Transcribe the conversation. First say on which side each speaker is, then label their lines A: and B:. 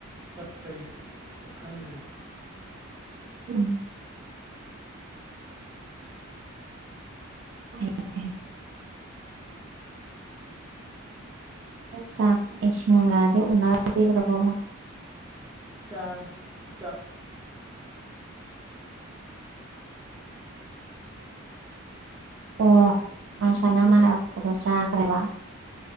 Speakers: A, on the right (about 15°); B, on the right (about 60°).
A: ꯆꯠꯄꯒꯤ ꯈꯪꯗ꯭ꯔꯤ
B: ꯎꯝ ꯐꯩ ꯐꯩ ꯆꯥꯛ ꯏꯁꯤꯟꯒꯥꯗꯤ ꯎꯅꯕꯤꯔꯕꯣ
A: ꯆꯥꯔꯦ ꯆꯥꯛ
B: ꯑꯣ ꯉꯁꯥꯏ ꯅꯪꯅ ꯍꯥꯏꯔꯛꯄꯗꯣ ꯆꯥꯈ꯭ꯔꯦꯕ